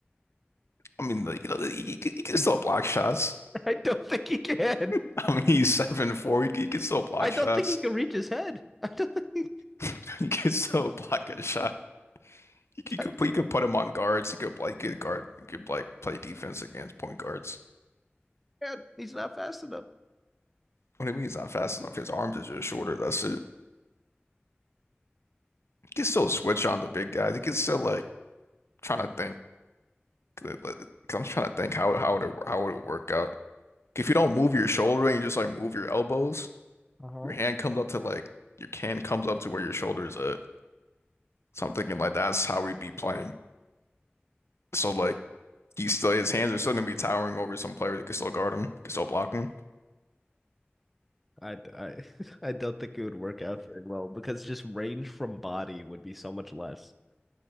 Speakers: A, on the left; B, in the centre.
A: I mean, the, you know, the, he, can- he can
B: <laughs>
A: still block shots.
B: I don't think he can.
A: <laughs> I mean, he's seven four. He, can- he can still block
B: I don't
A: shots.
B: think he can reach his head. <laughs> I don't think. he,
A: <laughs> He can still block a shot. You could, you
B: I
A: could put
B: don't-
A: you could put him on guards. He could like good guard. He could like play defense against point guards.
B: man, he's not fast enough.
A: What do you mean he's not fast enough? His arms are just shorter. That's it. He can still switch on the big guys. He can still like trying to think. Cause I'm trying to think how how would it how would it work out? If you don't move your shoulder and you just like move your elbows,
B: Uh huh.
A: your hand comes up to like your can comes up to where your shoulder is at. So I'm thinking like that's how we'd be playing. So like he's still his hands are still gonna be towering over some player that can still guard him, can still block him.
B: I, I, <laughs> I don't think it would work out very well because just range from body would be so much less.